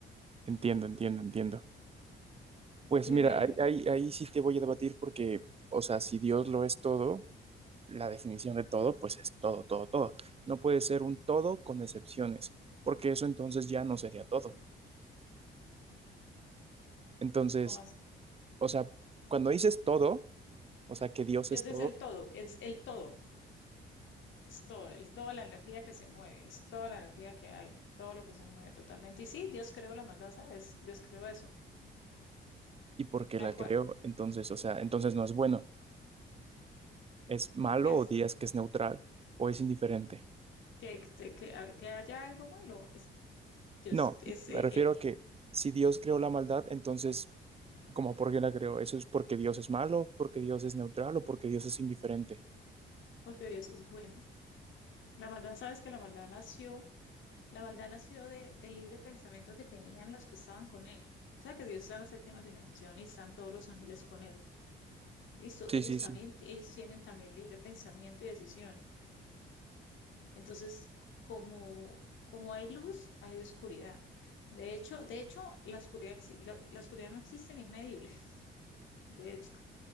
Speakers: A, on the right; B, on the left.
A: Entiendo, entiendo, entiendo. Pues
B: Sí, me,
A: mira, ahí, ahí, ahí sí te voy a debatir porque, o sea, si Dios lo es todo, la definición de todo, pues es todo, todo, todo. No puede ser un todo con excepciones, porque eso entonces ya no sería todo. Entonces,
B: ¿cómo así?
A: o sea, cuando dices todo, o sea, que Dios
B: Dios
A: es
B: es
A: todo
B: el todo, es el todo, es todo, el, toda la energía que se mueve, es toda la energía que hay, todo lo que se mueve totalmente. Y sí, Dios creó la maldad, ¿sabes? Dios creó eso,
A: y porque
B: tal
A: la
B: cual.
A: creó, entonces, o sea, entonces no es bueno. es malo
B: Que es
A: o dirías que es neutral o es indiferente.
B: que, que, que ha- que haya algo malo, es Dios,
A: No,
B: es
A: me
B: eh,
A: refiero
B: él,
A: a que si Dios creó la maldad, entonces, ¿cómo por qué la creó? ¿Eso es porque Dios es malo, porque Dios es neutral o porque Dios es indiferente?
B: porque Dios es bueno. La maldad, ¿sabes que la maldad nació? La maldad nació de, del libre pensamiento que tenían los que estaban con él. O sea, que Dios está en la séptima dimensión y están todos los ángeles con él. Listo,
A: Sí,
B: ellos
A: sí,
B: también,
A: sí.
B: ellos tienen también libre pensamiento y decisión. Entonces, como, como hay luz, hay oscuridad. De hecho, de hecho, la oscuridad, exi- la, la oscuridad no existe ni es medible. <laughs> De hecho,